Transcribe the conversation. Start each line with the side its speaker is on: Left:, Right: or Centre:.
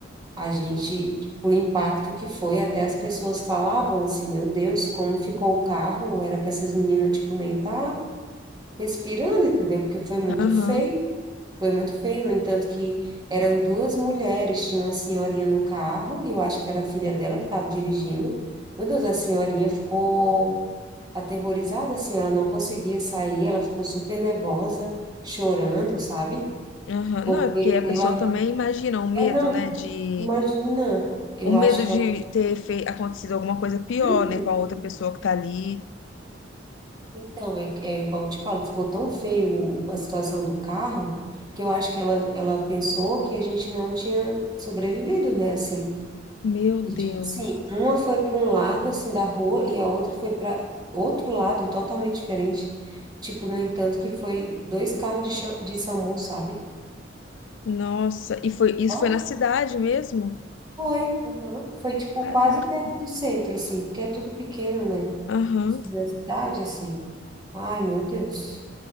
Right: a gente, tipo, o impacto que foi, até as pessoas falavam assim, meu Deus, como ficou o carro? Era para essas meninas, tipo, nem tá respirando, entendeu? Porque foi muito
Left: Aham,
Right: feio, foi muito feio. No entanto, que eram duas mulheres, tinha uma senhorinha no carro, e eu acho que era a filha dela que estava dirigindo. Meu Deus, a senhorinha ficou. aterrorizada, assim, ela não conseguia sair, ela ficou super nervosa, chorando, sabe?
Left: aham.
Right: Porque
Left: Não, é porque a pessoa
Right: ela,
Left: também imagina o medo,
Right: é não,
Left: né?
Right: pô,
Left: De,
Right: imagina, eu
Left: o
Right: acho
Left: medo
Right: que ela,
Left: de ter fe... acontecido alguma coisa pior,
Right: Uhum.
Left: né? Com a outra pessoa que tá ali.
Right: Então, é, é igual eu te falo, ficou tão feio o- a situação do carro, que eu acho que ela, ela pensou que a gente não tinha sobrevivido, né, assim,
Left: Meu Deus.
Right: e tipo assim, uma foi para um lado, assim, da rua, e a outra foi para outro lado, totalmente diferente, tipo, no entanto, que foi dois carros de, cha- de SAMU, sabe?
Left: Nossa, e foi, isso
Right: Ó,
Left: foi na cidade mesmo?
Right: foi. Uhum. Foi, tipo,
Left: Caraca.
Right: quase perto do centro, assim, porque é tudo pequeno, né?
Left: Aham.
Right: Da cidade, assim. Ai, meu Deus.